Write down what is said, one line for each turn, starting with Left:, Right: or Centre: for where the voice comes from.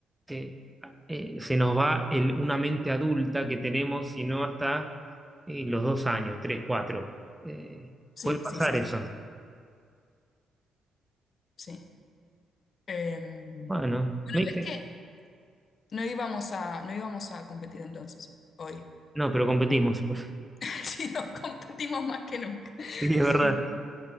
Centre: eh, eh, se nos va el- una mente adulta que tenemos, si no hasta eh, los dos años, tres, cuatro. Eh,
Left: Sí,
Centre: puede pasar
Left: sí, sí,
Centre: eso.
Left: sí, sí. sí. Eh, bueno,
Centre: Bueno, ¿me viste?
Left: ves que no íbamos a, no íbamos a competir entonces hoy.
Centre: No, pero competimos. <laughs>
Left: <laughs> Sí, no, competimos más que nunca. <laughs>
Centre: Sí, es
Left: Sí.
Centre: verdad.